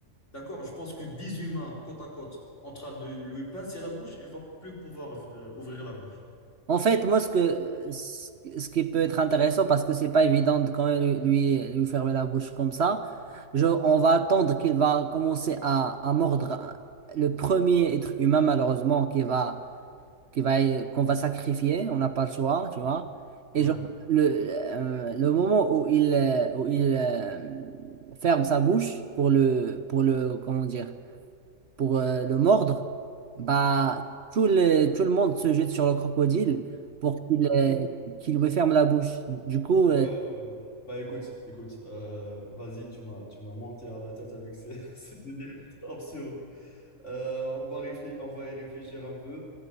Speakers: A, on the left (about 60°); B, on the right (about 55°).
A: D'accord? Je pense que 10 humains côte à côte en train de lui pincer la bouche, il va plus pouvoir euh, ouvrir la bouche.
B: En fait, moi, ce que, ce ce qui peut être intéressant, parce que c'est pas évident de quand même lui, lui, lui fermer la bouche comme ça, je, on va attendre qu'il va commencer à, à mordre le premier être humain, malheureusement, qui va, qui va, qu'on va sacrifier. On n'a pas le choix, tu vois.
A: Ouais.
B: Et genre, le, euh, le moment où il, euh, où il euh, ferme sa bouche pour le, pour le, comment dire, pour euh, le mordre, bah, tout le, tout le monde se jette sur le crocodile pour qu'il euh,
A: Ouais,
B: qu'il lui ferme la bouche. Du coup,
A: ouais.
B: euh,
A: ouais. bah écoute, écoute, euh, vas-y, tu m'as, tu m'as monté à la tête avec ces, <laughs> ces idées absurdes. Euh, on va réfléchir, on va y réfléchir un peu.